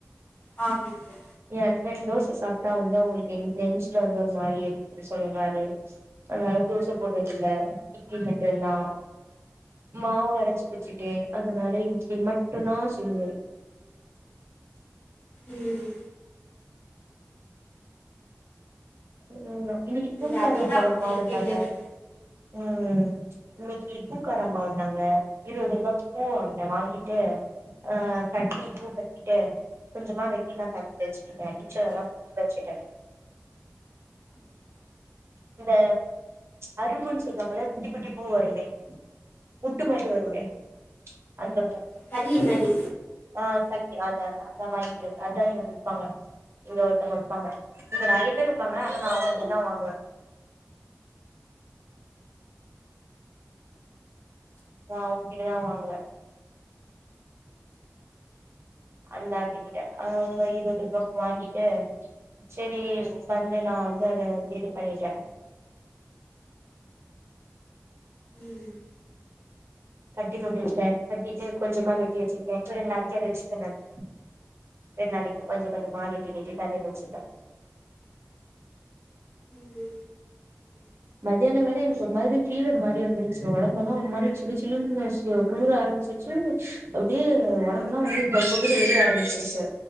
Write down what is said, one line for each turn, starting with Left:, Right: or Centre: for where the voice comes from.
Left: ஆ கேக்குது
Right: எ ஹஸ்பண்ட் தோ ச சாப்ட்டா வந்து அவ்ங்களுக்கு என் நெஞ்சில வந்து ஒரு மாரி எரிய்து சொல்றாரு அதனால தோச போட்ற தில்ல இட்லி மட்டு்ந்தா மாவு அரச்சு வச்சுட்டே அதனால இட்லி மட் டுந்தா சுலுவே
Left: ம்
Right: ம் இன்னிக்கு
Left: இங்க
Right: பூக்காரவங்க
Left: அதேதா
Right: <unintelligible>
Left: நைட்
Right: வந்தாங்க
Left: என்னது
Right: ம் இன்னிக்கு பூ காரம்மா வந்தாங்க இருவது ரூபாய்க்கு பூ வாங்குன வாங்கிட்டு ஆ கட்டி பூ கட்டிட்டு கொஞ்சமா வெட்டி நா தலைல வெச்சுகிட்டே மிச்சதெல்லா ஃப்ரிட்ஜ்ல வெச்சிட்டே இந்த அரும்புன் சொல்வாங்கல்ல குட்டி குட்டி பூ வருமே புட்டு மாரி வருமே அந்த பூ
Left: மல்லி மாரி
Right: ஆ கல்லி அத் தா தா அந்த மாரி டைப் அத் தா இவ்ங்க விப்பாங்க இங்க ஒருத்தவ்ங்க விப்பாங்க இங்க நெறைய பேரு விப்பாங்க ஆனா நா அவ்ங்ககிட்ட தா வாங்குவே நா அவங்கிட்டதா வாங்குவ அந்த ஆன்டிக்கிட்ட அவங்க இருபது ரூபாக்கு வாங்கிட்டு சேரி உட்காந்து நா வந்து அத வந்து இது பண்ணிட்டே
Left: ம்
Right: கட்டி முட்டிச்சிட்டே கட்டிட்டு கொஞ்சமா வெட்டி வச்சிருக்கே ஒரு ரெண்டு நாளைக்கி அத வச்சுப்பே நானு ரெண்டு நாளைக்கி கொஞ்ச கெஞ்சமா வெட்டி வெட்டி தலைல வச்சிப்பே
Left: ம்
Right: மதியானோ வேற எனக்கு ஒரு மாரி பீவர் மாரி வந்துருச்சு ஒடம்பேல்லா ஒரு மாரி சில்லு சில்லுனு குளுர ஆரம் ம்பிச்சிருச்சி அப்டியே ஒடம்பு எல்லா வந்து பக்பக்னு ஏரிய ஆரம்பிச்சிருச்சு